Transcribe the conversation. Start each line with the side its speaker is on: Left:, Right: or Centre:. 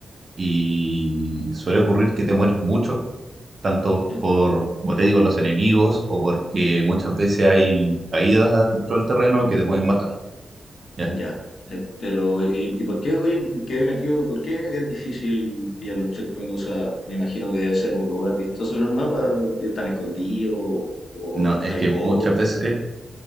Right: y suele ocurrir que te mueres mucho, tanto
Left: ¿Ya?
Right: por, como te digo, los enemigos o porque muchas veces hay caídas dentro del terreno que te pueden matar. ¿ya?
Left: Ya, eh, pero ¿y, y por qué, oye, quedé metido, por qué es difícil pillar los checkpoints? O sea, me imagino que debe ser un lugar vistoso en el mapa porque están escondidos o, o
Right: No, es
Left: hay
Right: que
Left: poco.
Right: muchas veces,